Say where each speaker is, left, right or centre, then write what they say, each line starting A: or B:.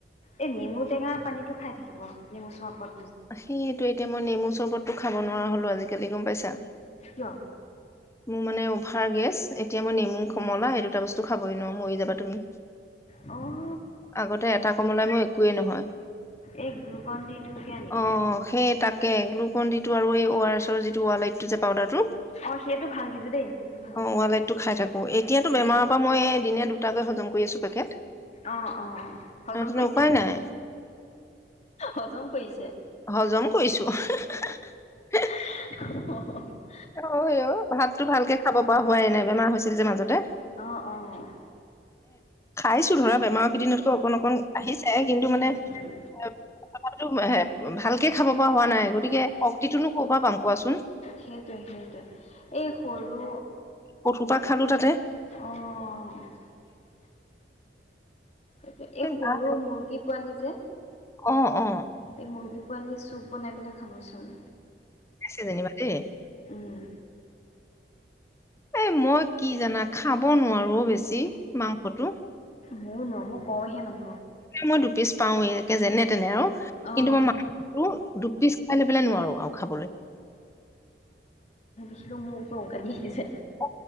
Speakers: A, on the left (about 40°); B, on the left (about 15°).
A: এই নেমু টেঙাত পানীতো খাই থাকিব। নেমু চৰ্বত
B: সেয়েটো। এতিয়া মই নেমু চৰ্বত টো খাব নোৱাৰা হ'লোঁ আজিকালি, গম পাইছা?
A: কিয়?
B: মোৰ মানে ভাৰ গেছ। এতিয়া মই নেমু, কমলা, এ এটা বস্তু খাবই নোৱাৰোঁ। মৰি যাবা তুমি।
A: অ'।
B: আগতে এটা কমলাই মই একোৱেই নহয়।
A: এই গ্লুকন ডিটোকে আনি
B: অ'
A: থৈ দিব
B: সেয়ে তাকে। গ্লুকন ডিটো আৰু এই অ আৰ এছ ৰ যিটো ৱ লাইটটো যে পাউদাৰটো
A: অঁ সেইটো ভাল কিন্তু দেই সেইটো ভাল
B: অ' ৱালাইটটো খাই থাকোঁ। এতিয়াতো
A: উম
B: বেমাৰৰ পৰা মই দিনে দু টাকৈ হজম কৰি আছোঁ পেকেট।
A: অ' - অ' - অ', হজম
B: তেনে
A: কৰিছে?
B: উপায় নাই
A: হজম কৰিছে?
B: হজম কৰিছোঁ, হঁ-হঁ-হঁ-।
A: অ'।
B: অ' ভাতটো ভালকে খাব পৰা হোৱাই নাই। বেমাৰ আছিল যে মাজতে।
A: অ' - অ'।
B: খাইছোঁ ধৰা বেমাৰ প্ৰতিদিনতকৈ অকন - অকন আহিছে, কিন্তু মানে
A: উম উম
B: <unintelligible> ভালকে খাব পৰা হোৱা নাই। গতিকে শক্তিটোনো ক'ৰপা পাম কোৱাচোন?
A: সে টো সেয়েটো। এই সৰু
B: ধ সোপা খালোঁ তাতে।
A: অ'। এ-
B: গা
A: এই সৰু মুৰ্গী পোৱালী যে,
B: অ অ
A: এই মুৰ্গী পোৱালী চুপ বনাই পেলাই খাবচোন।
B: <unintelligible> তে।
A: উম
B: এ মই কি জানা, খাব নোৱাৰোঁ অ' বেছি, মাংসটো।
A: মোৰ নৰ- মোক কওঁহে মান
B: মই দুপিছ পাওৱে একে যেনে তেনে আও
A: অঁ
B: কিন্তু মই মাহ দুপ পিচ খাই লৈ পেলাই নোৱাৰো আৰু খাবলৈ
A: খ মোকো উকাৰি আহিছে
B: অ